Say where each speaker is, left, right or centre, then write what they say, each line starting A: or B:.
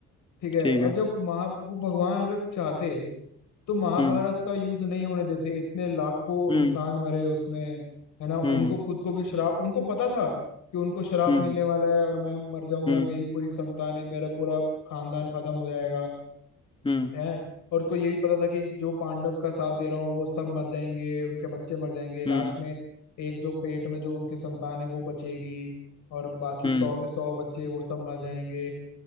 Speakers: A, on the left; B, on the left.
A: ठीक है
B: ठीक
A: और
B: है
A: जब महा वो भगवान अगर चाहते तो महाभारत
B: हम्म
A: का युद्ध नहीं होने देते इतने लाखों
B: हम्म
A: इंसान मरे उसमें है ना उनको
B: हम्म
A: खुद को भी श्राप उनको पता था कि उनको श्राप
B: हम्म
A: मिलने वाला है और मैं मर जाऊंगा
B: हम्म
A: मेरी पूरी संतानें मेरा पूरा खानदान खत्म हो जाएगा
B: हम्म
A: है और उसको ये भी पता था कि जो पांडव का साथ दे रहा हूँ वो सब मर जाएंगे उनके बच्चे मर जाएंगे लास्ट
B: हम्म
A: में एक जो पेट में जो उनके संतान है वो बचेगी और बाकी
B: हम्म
A: सौ के सौ बच्चे वो सब मर जाएंगे